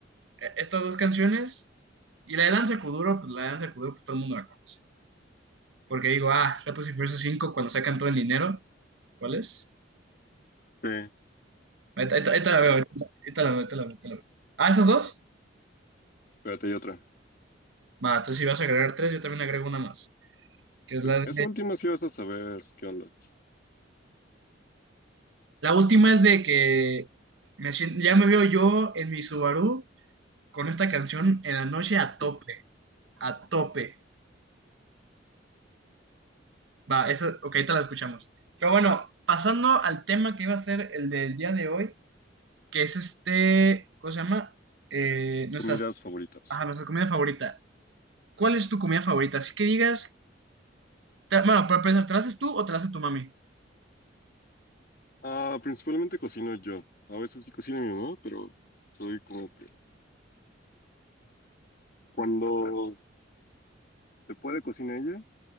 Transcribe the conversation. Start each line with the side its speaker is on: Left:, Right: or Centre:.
Right: E- Estas dos canciones y la de Danza Kuduro, pues la de Danza Kuduro, pues todo el mundo la conoce. Porque digo, ah, Rapid Furioso 5 cuando sacan todo el dinero, ¿cuál es?
Left: sí,
Right: Ahorita ahorita- ahorita la
Left: espera,
Right: veo, ahorita la veo, ahorita la veo, ahorita la veo. Ah, ¿esas dos?
Left: espérate, hay otra.
Right: Va, entonces si vas a agregar tres, yo también agrego una más, que es
Left: Sí.
Right: la de
Left: Esa última sí vas a saber qué onda.
Right: La última es de que me sien- ya me veo yo en mi Subaru con esta canción en la noche a tope,
Left: Mm.
Right: a tope. Va, eso, ok, ahorita la escuchamos. Pero bueno, pasando al tema que iba a ser el del día de hoy, que es este, ¿cómo se llama? Eh, nuestras,
Left: Comidas favoritas.
Right: ajá, nuestra comida favorita. ¿Cuál es tu comida favorita? Así que digas, te- bueno, para empezar, ¿te la haces tú o te la hace tu mami?
Left: Ah, principalmente cocino yo. A veces sí cocina mi mamá, pero soy como que cuando se puede cocina ella,